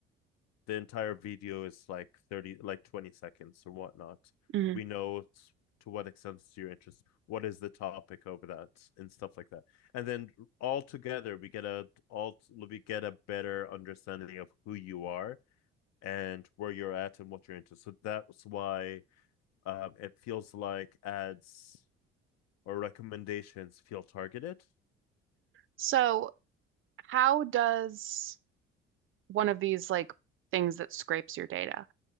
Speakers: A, on the left (about 55°); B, on the right (about 40°).
A: The entire video is like 30, like 20 seconds or whatnot.
B: mhm.
A: We know to what extent is your interest, what is the topic over that, and stuff like that. And then all together, we get a all we get a better understanding of who you are and where you're at and what you're into. So that's why um, it feels like ads or recommendations feel targeted.
B: So how does one of these like things that scrapes your data,